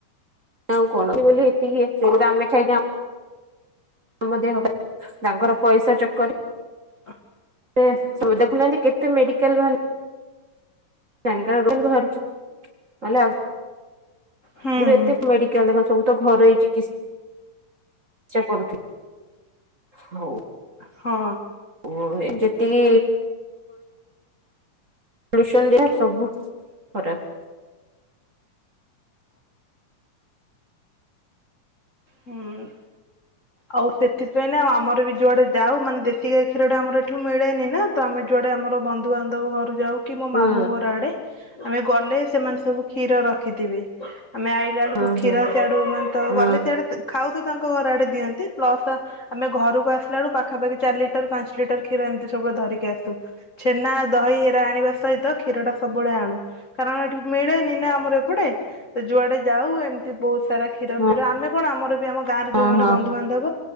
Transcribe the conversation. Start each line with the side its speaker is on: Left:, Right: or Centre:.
Right: ଆଉ କଣ ବୋଲି ଏତିକି ସେ ଗୁଡା ଆମେ ଖାଇ କାଇଁ ଆମ ଦେହ ପା ତାଙ୍କର ପଇସା ଚକର୍ ରେ
Left: ଅ
Right: ସେ ଦେଖୁନାହାନ୍ତି କେତେ ମେଡିକାଲ୍ ଭା ସାନିଟାରୀ କହିଲି ବାହାରୁଛି ନହେଲେ ଆଉ
Left: ହୁଁ
Right: ଗରୁ ଏତେ ମେଡିକାଲ ଦେଖ ସବୁ ତ ଘରୋଇ ଚିକିସ୍ ସେକରୁଥୁ ହୋଉ।
Left: ହଁ।
Right: ଓ ଏ ଯେତିକି ସନ୍ ଯା ସବୁ ଖରାପ।
Left: ହୁଁ ଆଉ ସେଥିପାଇଁ ନା ଆମର ବି ଯୁଆଡେ ଯାଉ ମାନେ ଦେଶୀ ଗାଈ କ୍ଷୀରଟା ଆମର ଏ ଏଠୁ ମିଳେନି ନା ତ ଆମେ ଯୁଆଡେ ଆମର ବନ୍ଧୁବାନ୍ଧବ ଘରୁ ଯାଉ କି ମୋ
Right: ହୁଁ
Left: ମାମୁଁ ଘର ଆଡେ ଆମେ ଗଲେ ସେମାନେ ସବୁ କ୍ଷୀର ରଖିଥିବେ ଆମେ ଆଇ ଇଆଡୁକୁ
Right: ହୁଁ
Left: କ୍ଷୀର
Right: ହୁଁ
Left: ସିଆଡ଼ୁ ମାନେ
Right: ହୁଁ
Left: ଗଲେ ସିଆଡେ ଖାଉ ତ ତାଙ୍କ ଘର ଆଡ଼େ ଦିଅ ଚି ପ୍ଲସ ଆମେ ଘରକୁ ଆସିଲା ବେଳୁ ପାଖାପାଖି ଚାରି ଲିଟର୍ ପାଞ୍ଚ ଲିଟର୍ କ୍ଷୀର ଏମିତି ସବୁବେଳ ଧରିକି ଆସୁ, ଛେନା, ଦହି ଏରା ଆଣିବା ସହିତ କ୍ଷୀରଟା ସବୁବେଳେ ଆଣୁ। କାରଣ ଏଠି ମିଳେନି ନା ଆମର ଏପଟେ, ତ ଯୁଆଡେ ଯାଉ ଏମିତି ବୋହୁତ୍ ସାରା କ୍ଷୀର
Right: ହୁଁ
Left: ଫିର ଆମେ କଣ ଆମର ବି ଆମ ଗାଁରେ
Right: ହଁ
Left: ଯଉମାନେ
Right: ହଁ
Left: ବନ୍ଧୁବା ଦବ